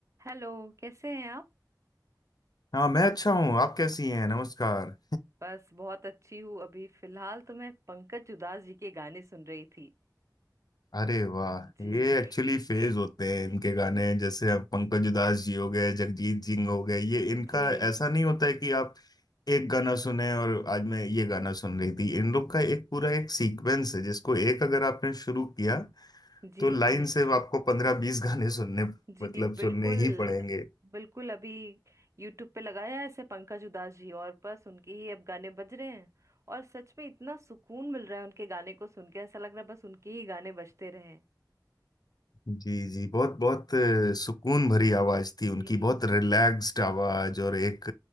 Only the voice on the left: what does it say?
हाँ मैं अच्छा हूँ आप कैसी हैं नमस्कार
अरे वाह
ये एक्चुअली फेज होते हैं इनके गाने जैसे अब पंकज उधास जी हो गए जगजीत सिंह हो गए ये इनका
ऐसा नहीं होता है कि आप एक गाना सुने और आज मैं ये गाना सुन रही थी इन लोग का एक पूरा एक सीक्वेंस है जिसको एक अगर आपने शुरू किया
तो लाइन
से आपको पंद्रह बीस <laughs> गाने सुनने
मतलब
सुनने ही पड़ेंगे
जी जी बहुत बहुत अ, सुकून भरी आवाज थी उनकी
बहुत
रिलैक्स्ड आवाज और एक